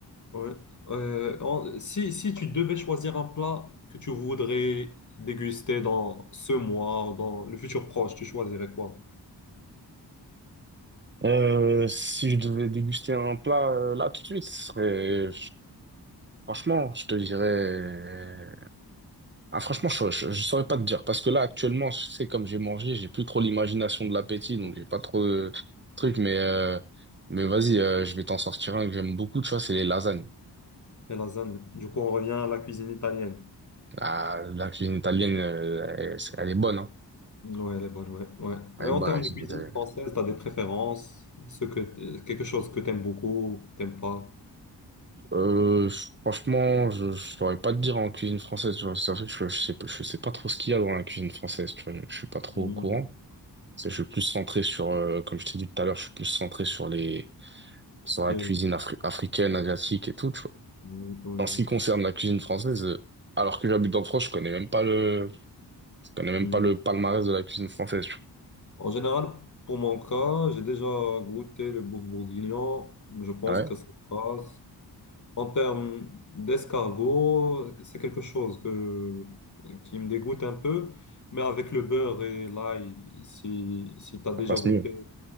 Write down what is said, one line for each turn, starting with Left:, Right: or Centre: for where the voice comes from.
Left: Ouais. Euh, en- si, si tu devais choisir un plat que tu voudrais déguster dans ce mois, ou dans le futur proche, tu choisirais quoi?
Right: Euh, si je devais déguster un plat euh, là tout de suite, ce serait, franchement, je te dirais. Ah, franchement, je ne saurais pas te dire. Parce que là, actuellement, je sais, comme j'ai mangé, j'ai plus trop l'imagination de l'appétit, donc
Left: Beaucoup.
Right: j'ai pas trop de trucs. Mais, euh, mais vas-y, euh, je vais t'en sortir un que j'aime beaucoup, tu vois, c'est les lasagnes.
Left: Les lasagnes. Du coup, on revient à la cuisine italienne.
Right: Ah, la cuisine italienne, euh, elle, c'est- elle est bonne, hein.
Left: Ouais, elle est bonne, ouais, ouais.
Right: Elle
Left: Et
Right: est
Left: en
Right: bonne,
Left: termes
Right: la cuisine
Left: de cuisine
Right: italienne.
Left: française, tu as des préférences? Ce que t- quelque chose que tu aimes beaucoup, t'aimes pas?
Right: Euh, franchement, je ne saurais pas te dire en cuisine française, tu vois. C'est vrai que je, je sais, pas- je sais pas trop ce qu'il y a dans la cuisine française, tu vois. Je, je suis pas trop
Left: Hmm,
Right: au courant. C'est- Je suis plus centré sur, euh, comme je t'ai dit tout à l'heure, je suis plus centré sur les, sur
Left: ce qui
Right: la
Left: est-
Right: cuisine afri- africaine, asiatique et tout, tu vois.
Left: oui, oui,
Right: En
Left: oui.
Right: ce qui concerne la cuisine française, euh, alors que j'habite en France, je connais même pas le, je connais même
Left: Hmm.
Right: pas le palmarès de la cuisine française.
Left: En général, pour mon cas, j'ai déjà goûté le bouffe bourguignon. Je pense
Right: Ah Ouais,
Left: que ça passe. En termes d'escargot, c'est quelque chose que- qui me dégoûte un peu, mais avec le beurre et l'ail, si, si tu as déjà
Right: ça passe
Left: goûté,
Right: mieux.